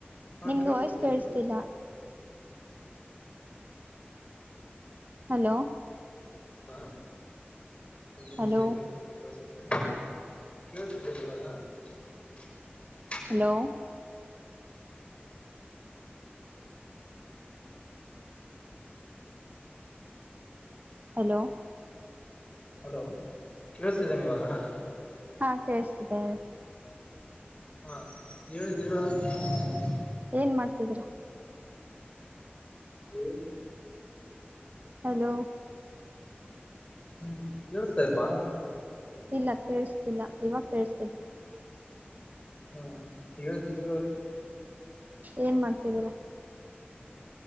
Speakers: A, on the left (about 30°); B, on the right (about 45°).
A: ಹಾ
B: ನಿಮ್ದು
A: ಕೇಳಿಸುತ್ತೆ
B: ವಾಯ್ಸ್ ಕೇಳಿಸ್ತಿಲ್ಲ?
A: ಹೇಳಿ
B: <unintelligible> ಹಲೋ? <unintelligible>
A: ಹಾ ಒಂದು ನಿಮಿಷ
B: ಹಲೋ
A: ಇರಿ ಕೇಳಸತ <unintelligible> ಕೇಳಿಸ್ತಿದೆ ಏನ್ ಇವಾಗ? <unintelligible>
B: ಹಲೋ? <unintelligible> ಹಲೋ? <unintelligible>
A: ಹಲೋ ಕೇಳಿಸತಿದೆ ಏನ್ ಇವಾಗ? <unintelligible>
B: ಹಾ ಕೇಳಸತ್ತಿದೆ. <unintelligible>
A: ಹಾ ಹೇಳಿ ದಿವ್ಯ <unintelligible>
B: ಏನ್ ಮಾಡ್ತಿದೀರಾ? <unintelligible>
A: ನೀವು? <unintelligible>
B: ಹಲೋ? <unintelligible>
A: ಹು ಕೇಳಸ್ತಾ ಇಲ್ವಾ? <unintelligible>
B: ಇಲ್ಲ ಕೇಳಿಸ್ತಿಲ್ಲ ಇವಗಾ ಕೇಳಿಸ್ತಿದೆ. <unintelligible>
A: ಹಾ ಹೇಳಿ ದಿವ್ಯ ಅವರೇ <unintelligible>
B: ಏನ್ ಮಾಡ್ತಿದ್ದೀರಾ? <unintelligible>